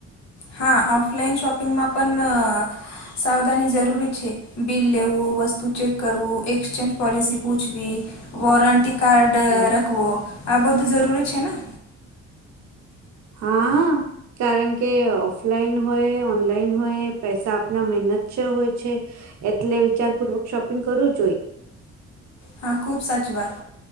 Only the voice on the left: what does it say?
હા, ઓફલાઈન શોપિંગમાં પણ સાવધાની જરૂરી છે. બિલ લેવું, વસ્તુ ચેક કરવું, એક્સચેન્જ પોલિસી પૂછવી, વોરંટી કાર્ડ
રાખવો, આ બધું જરૂરી છે ને.
હા, ખુબ સાચી વાત.